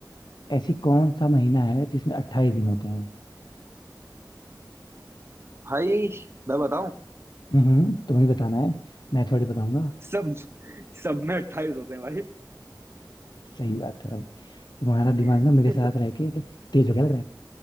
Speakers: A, on the left; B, on the right.
A: ऐसी कौन सा महीना है जिसमें अट्ठाईस दिन होते हैं
B: भाई मैं बताऊं
A: हम्म हम्म, तुम्हें बताना है मैं थोड़ी बताऊंगा
B: सब सब में अट्ठाईस होते हैं भाई
A: सही बात है भाई तुम्हारा
B: <laughs>
A: दिमाग ना मेरे साथ रह के तेज हो गया लग रहा है